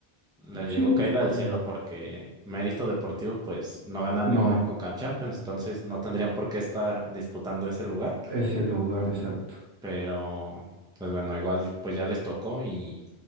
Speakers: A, in the centre; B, on the right.
A: les
B: sí,
A: llegó
B: pues
A: caída
B: por
A: del cielo
B: la-
A: porque mérito deportivo, pues no ganan
B: No,
A: ninguna Conca Champions, entonces no tendrían por qué estar disputando ese lugar.
B: ese lugar exacto.
A: pero pues bueno, igual pues ya les tocó y